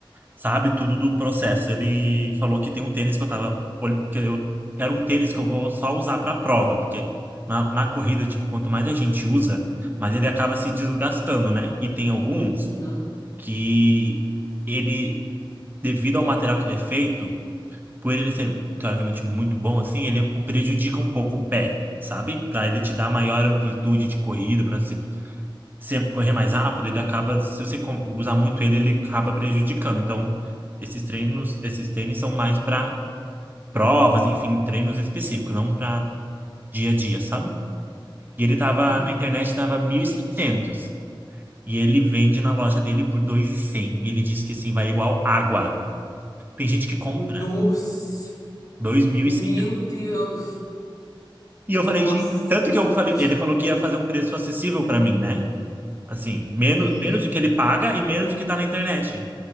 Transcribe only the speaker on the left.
Uhum,
uhum,
diferente.
Nossa,
meu
Deus.
Nossa,
muito dinheiro.
Uhum.